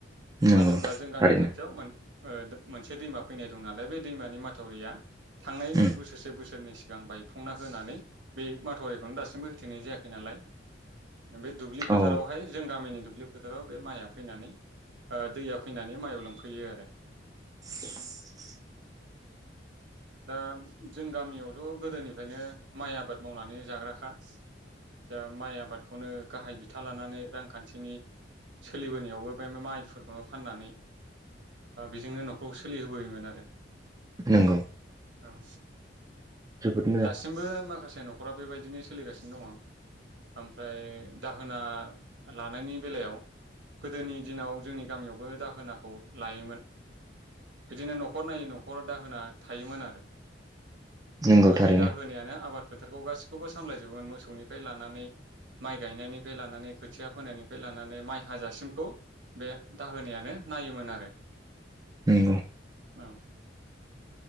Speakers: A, on the right (about 20°); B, on the right (about 70°).
A: नंगौ
B: मानो होनबा जों गामि
A: थारैनो
B: खाथियाव ओ मोनसे दैमा फैनाय दं नालाय बे दैमानि माथावरिया थांनाय
A: उम,
B: बोसोरसे बोसोर सोरनि सिगां बायफंना होनानै बे माथरिखौनो दासिमबो होथेनाय जायाखै नालाय बे दुब्लि फोथारावहाय
A: औ
B: जों गामिनि दुब्लि दुब्लि फोथाराव बे माइआ फैनानै दैया फैनानै माइआव लांफैयो आरो
A: <inaudible>
B: दा जों गामियावथ' गोदोनिफ्रायनो माइ आबाद मावनानै जाग्राखा दा माइ आबादखौनो गाहाय बिथा लानानै रांखान्थिनि सोलिबोनायावबो बे माइफोरखौनो फाननानै बेजोंनो न'खरखौ सोलिहोबोयोमोन आरो
A: नंगौ
B: औ
A: जोबोद मोजां
B: दासिमबो माखासे ज न'खरा बेबायदिनो सोलिगासिनो दङ ओमफ्राय दाहोना लानायनि बेलायाव गोदोनि दिनाव जोंनि गामियावबो दाहोनाखौ लायोमोन बिदिनो न'खर नायै न'खर दाहोना थायोमोन आरो
A: नंगौ
B: ओमफ्राय
A: थारैनो
B: बे दा होनायानो आबाद बेफोरखौ गासैखौबो सामलायजोबोमोन मोसौनिफ्राय लानानै माइ गायनायनिफ्राय लानानै खोथिया फोनायनिफ्राय लानानै माइ हाजासिमखौ बे दाहोनायानो नायोमोन आरो
A: नंगौ
B: औ